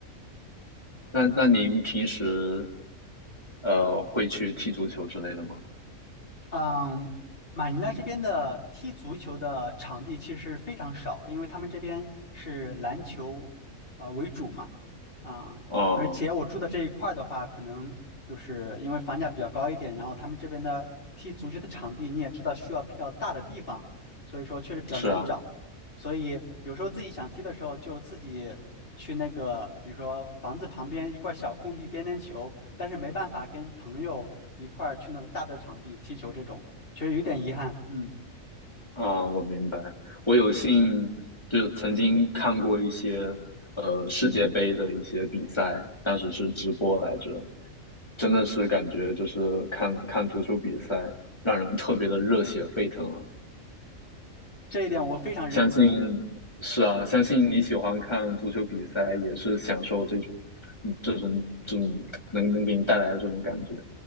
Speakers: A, on the left; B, on the left.
A: 那那您平时呃会去踢足球之类的吗？
B: 嗯，马尼拉这边的踢足球的场地其实非常少，因为他们这边是篮球呃为主嘛，啊、
A: 哦，
B: 而且我住的这一块儿的话，可能就是因为房价比较高一点，然后他们这边的踢足球的场地你也知道需要比较大的地方，所以说确实比较难找，
A: 是啊。
B: 所以有时候自己想踢的时候就自己去那个，比如说房子旁边一块小空地颠颠球，但是没办法跟朋友一块儿去那个大的场地踢球，这种确实有点遗憾。嗯，
A: 啊，我明白。我有幸就曾经看过一些呃世界杯的一些比赛，当时是直播来着，真的是感觉就是看看足球比赛，让人特别的热血沸腾啊！
B: 这一点我非常认同。
A: 相信是啊，相信你喜欢看足球比赛，也是享受这种嗯这种这种能能给你带来的这种感觉。